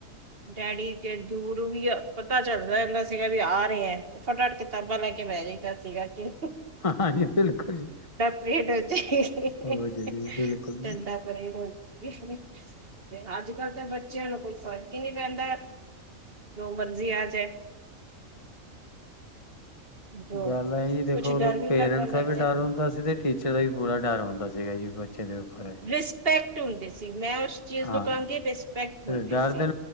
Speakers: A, on the right; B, on the left.
A: ਡੈਡੀ ਜੇ ਦੂਰ ਵੀ ਪਤਾ ਚੱਲਦਾ ਹਹਦਾ ਸੀਗਾ ਵੀ ਆ ਰਹੇ ਆ ਫਟਾਫਟ ਕਿਤਾਬਾਂ ਲੈ ਕੇ ਬਹਿ ਜਾਂਦਾ ਸੀਗਾ ਕਿ
B: ਹਾਂਜੀ ਬਿਲਕੁਲ ਜੀ
A: ਰੇਡੋ ਜੇ
B: ਹੋ ਜਾਏਗੀ ਜੀ ਬਿਲਕੁਲ।
A: ਝੰਡਾ ਪਰੇਡ ਹੋ ਜੇ ਤੇ ਅੱਜ ਕੱਲ ਤਾਂ ਬੱਚਿਆਂ ਨੂੰ ਕੋਈ ਫ਼ਰਕ ਹੀ ਨਹੀਂ ਪੈਂਦਾ ਜੋ ਮਰਜ਼ੀ ਆ ਜਾਏ ਜੋ
B: ਗੱਲ ਇਹ ਜ ਦੇਖੋ
A: ਕੁਛ
B: ਉਦੋਂ
A: ਡਰ ਵੀ
B: ਪੇਰੈਂਟਸ
A: ਲੱਗਣ
B: ਦਾ
A: ਲੱਗ
B: ਵੀ ਡਰ
A: ਗਿਆ
B: ਹੁੰਦਾ ਸੀ ਤੇ ਟੀਚਰ ਦਾ ਵੀ ਪੂਰਾ ਡਰ ਹੁੰਦਾ ਸੀਗਾ ਜੀ ਬੱਚੇ ਦੇ ਉੱਪਰ।
A: ਰਿਸਪੈਕਟ ਹੁੰਦੀ ਸੀ ਮੈਂ ਉਸ ਚੀਜ਼
B: ਹਾਂ
A: ਨੂੰ ਕਹਾਂਗੀ ਰਿਸਪੈਕਟ ਹੁੰਦੀ
B: ਡਰ
A: ਸੀ
B: ਦੇ